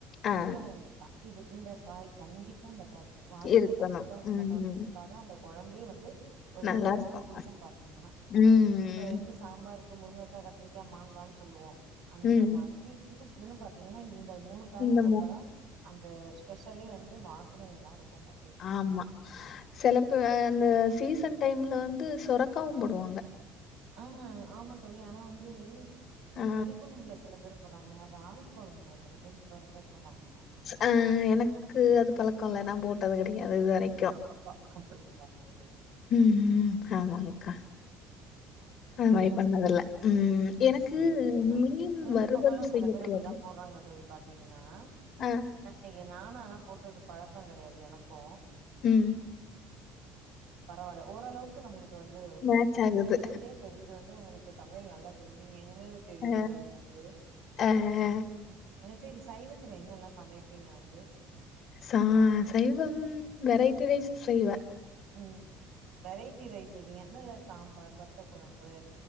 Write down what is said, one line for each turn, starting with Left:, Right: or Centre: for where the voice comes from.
Left: ஆ
Right: உருளகெழங்குந்தா இது இந்த காய் கண்டிப்பா இந்த காய் வாழக்கா
Left: இருக்கணும்.
Right: கத்திரிக்கா உர்ருல
Left: ம்.
Right: கெழங்கு இருந்தாதா அந்த கொழம்பே வந்து ஒரு
Left: நல்லாருக்கும்.
Right: டேஸ்ட்டு குடுக்கு பாத்தீங்கன்னா
Left: ம்.
Right: இப்ப எப்டி சாம்பார்க்கு முருங்கக்கா கத்திரிக்கா மாங்கான்னு சொல்லுவோ அந்த
Left: ம்.
Right: மாதிரி சரி இதுக்குன்னு பாத்தீங்கன்னா இந்த மூணு காய்
Left: இந்த
Right: போட்டாதா அந்த ஸ்பெஷலே வந்து வாசனைல்லா இருக்குப்பா
Left: ஆமா சிலப்பு அந்த சீசன் டைம்ல வந்து சுரக்காவு போடுவாங்க
Right: ஆ ஆமா தோழி ஆனா வந்து
Left: ஆ
Right: கறிக்கொழம்புல சில பேரு போடுறாங்க ராணிக்கொழம்புல சில பேருக்கு சொறக்கா போடுறாங்க
Left: ஆ எனக்கு அது பழக்கோ இல்ல நா போட்டது கெடையாது இது வரைக்
Right: அப்புத்தா அப்டிங்களா தோழி
Left: ம் ஆமாக்கா அது
Right: ஆ
Left: மாரி பண்ணதில்ல ம் எனக்கு
Right: சேரி சேரி தோழி
Left: மீன்
Right: இந்த
Left: வருவல்
Right: பக்கோல்லா
Left: செய்ய
Right: சில பேர்
Left: தெரியாது
Right: அப்டிதா போடுறாங்க தோழி பாத்தீங்கன்னா
Left: அ
Right: ஆ எ நானு ஆனா போட்டது பழக்கோ கெடையாது எனக்கு
Left: ம்
Right: பரவால்ல ஓரளவுக்கு நம்மளுக்கு வந்து வருது
Left: மேட்ச் ஆகுது.
Right: இதுல இருந்தே தெரியுது வந்து உங்களுக்கு சமையல் நல்லா நீங்க என்ன தெரியுது
Left: அ,
Right: தோழி வந்து
Left: அ ஹ ஹ
Right: ம் சரி சைவத்துல என்னல்லா சமைப்பீங்க வந்து
Left: ச சைவம் வெரைட்டி ரைஸ் செய்வ
Right: ம் வெரைட்டி ரைஸ் இல்லைங்க என்ன இல்ல சாம்பார் வத்த குழம்பு